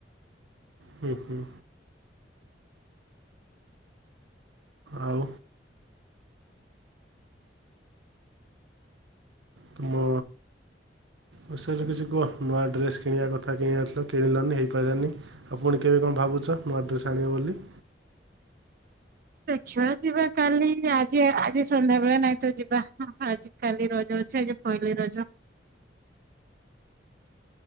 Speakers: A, on the right; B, on the right.
A: ହୁଁ ହୁଁ। ଆଉ। ତୁମ ବିଷୟରେ କିଛି କୁହ। ନୂଆ ଡ୍ରେସ୍ କିଣିବା କଥା କିଣିବାରଥିଲା କିଣିଲନି ହେଇପାଇଲାନି ଆଉ ଫୁଣି କେବେ କଣ ଭାବୁଛ ନୁଆଡ୍ରେସ୍ ଆଣିବ ବୋଲି।
B: ଦେଖିବାଆ ଯିବା କାଲି ଆଜି ଆଜି ସନ୍ଧ୍ୟା ବେଳେ ନାଇଁ ତ ଯିବା ହଁ ଆଜି କାଲି ରଜ ଅଛେ ଆଜି ପହିଲି ରଜ।